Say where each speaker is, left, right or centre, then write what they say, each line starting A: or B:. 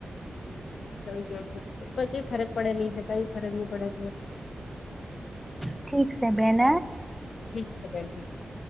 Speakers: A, on the left; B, in the centre.
A: થઈ ગયો છે પણ કઈ ફરક પડે નહી છે કઈ ફરક. છે
B: ઠીક છે બેન
A: ઠીક છે બેન ઠીક છે.